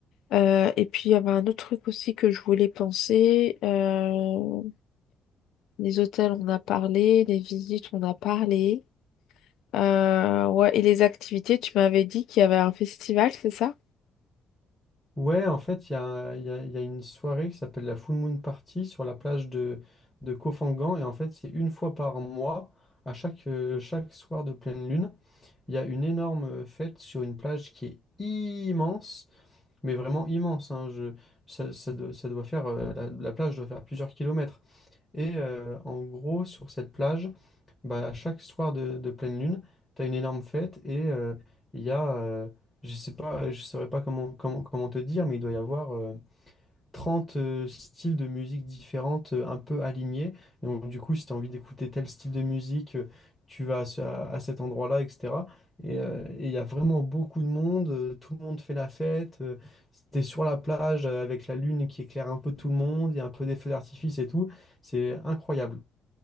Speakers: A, on the left; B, in the centre.
A: Euh, et puis, il y avait un autre truc aussi que je voulais penser. Euh, les hôtels, on a parlé, les visites, on a parlé. Euh, ouais, et les activités, tu m'avais dit qu'il y avait un festival, c'est ça?
B: Ouais, en fait, il y a, il y a- il y a une soirée qui s'appelle la Full Moon Party sur la plage de, de Koh Phangan. Et en fait, c'est une fois par mois, à chaque, euh, chaque soir de pleine lune. Il y a une énorme euh, fête sur une plage qui est immense, mais vraiment immense. hein, je- ça, ça doit, ça doit faire, euh, la, la plage doit faire plusieurs kilomètres. Et euh, en gros, sur cette plage, bah, à chaque soir de, de pleine lune, tu as une énorme fête et euh, il y a, euh, je sais pas, je saurais pas comment, comment, comment te dire, mais il doit y avoir euh, 30 euh, styles de musique différentes euh, un peu alignés. Et donc, du coup, si tu as envie d'écouter tel style de musique, euh, tu vas à, ce- à- à cet endroit-là, etc. Et euh, et il y a vraiment beaucoup de monde, euh, tout le monde fait la fête. euh, t'es sur la plage euh, avec la lune qui éclaire un peu tout le monde, il y a un peu des feux d'artifice et tout. C'est incroyable.